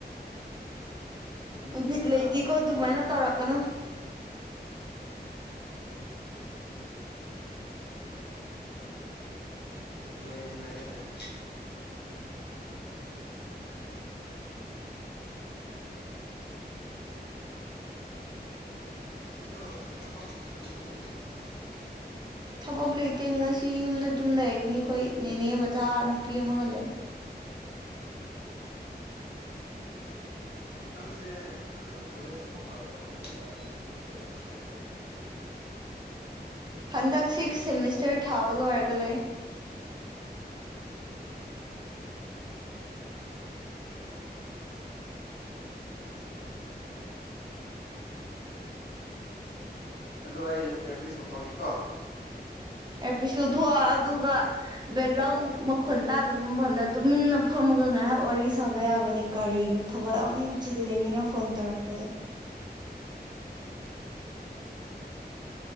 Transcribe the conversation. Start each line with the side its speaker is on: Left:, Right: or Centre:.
Left: ꯆꯥꯅꯤꯡꯉꯤꯗ
Right: ꯕꯤꯠ ꯂꯩꯗꯤꯀꯣ ꯑꯗꯨꯃꯥꯏꯅ ꯇꯧꯔꯛꯀꯅꯨ
Left: ꯂꯩꯌ‌ꯦ ꯂꫭꯏꫪ‌ꯦ ꯂꫭꯏꫪ‌ꯦ ꯑꯗꫭ ꯊꯕꯛꯀꯨꯝꯕ ꯂꯩꯇ꯭ꯔꯣ ꯉꯁꯤꯗꯤ
Right: ꯊꯕꯛ ꯂꯩꯇꯦ ꯉꯁꯤ ꯌꯨꯝꯗ ꯑꯗꯨꯝ ꯂꯩꯒꯅꯤ ꯑꯩꯈꯣꯏ ꯅꯦꯅꯦ ꯃꯆꯥ ꯅꯨꯄꯤ ꯑꯃꯒ ꯂꯩ
Left: ꯑꯣ ꯅꯪꯁꯦ ꯀꯣꯂꯦꯖꯀꯨꯝꯕ ꯀꯥꯕ꯭ꯔꯥ ꯅꯠꯇ꯭ꯔꯒ ꯂꯣꯏ ꯇꯧꯕ
Right: ꯍꯟꯗꯛ ꯁꯤꯛꯁ ꯁꯦꯃꯤꯁꯇꯔ ꯊꯥꯕ ꯂꯣꯏꯔꯒ ꯂꯩ
Left: ꯑꯣ ꯑꯗꫭ ꯑꯩ ꯏꯌꯥꯔꯄꯤꯁ ꯂꯧꯊꯣꯛꯀ ꯀ‌ꯩꯀꫭ
Right: ꯑꯦꯌꯥꯔꯄꯤꯁ ꯂꯧꯊꯣꯛꯑꫭ ꯑꯗꯨꯒ ꯕꯦꯛꯒ꯭ꯔꯥꯎꯟ ꯃꯈꯣꯟ ꯇꯥꯗꯕ ꯃꯐꯝꯗ ꯇꯨꯃꯤꯟꯅ ꯐꯝꯃꯒ ꯉꯥꯏꯍꯥꯛ ꯋꯥꯔꯤ ꯁꯥꯕ ꯌꯥꯕꯅꯦ ꯀꯔꯤꯅꯣ ꯊꯕꯛ ꯌꯥꯝ ꯆꯤꯜꯂ‌ꯦ ꯃꯤꯅ ꯐꯣꯟ ꯇꯧꯔꯛꯄꯗ <unintelligible>